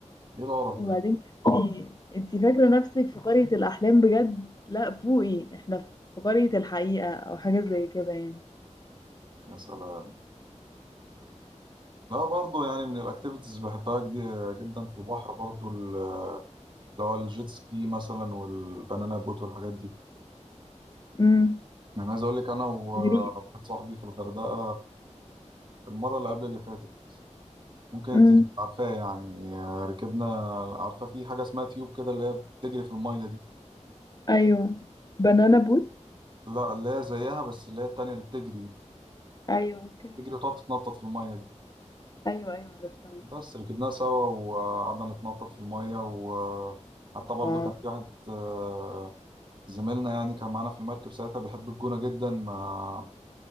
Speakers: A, on the right; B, on the left.
A: ايه القرف
B: وبعدين
A: ده
B: اه انتي انتي فاكرة نفسك في قرية الأحلام بجد لا فوقي احنا في قرية الحقيقة أو حاجة زي كده يعني
A: يا سلام لا برضو يعني من الاكتيفيتيز اللي بحبها جدي- جدا في البحر برضو ال- اللي هو الجيت سكي مثلا والبنانا بوت والحاجات دي
B: امم
A: يعني عايز اقول لك انا وواحد
B: غريب
A: صاحبي في الغردقة في المرة اللي قبل اللي فاتت ممكن انت
B: امم
A: تبقي عارفاه يعني آه، ركبنا عارفة في حاجة اسمها تيوب كده اللي هي بتجري في المية دي
B: ايوه بنانا بوت
A: لا اللي هي زيها بس اللي هي التانية اللي بتجري
B: أيوه أوكي
A: بتجري وتقعد تتنطط في المية دي
B: أيوه أيوه عرفتها
A: بس ركبناها سوا وقعدنا نتنطط في المية وحتى برضو
B: واو
A: كان في واحد آه، زميلنا يعني كان معانا في المركب ساعتها بيحب الجونة جدا ما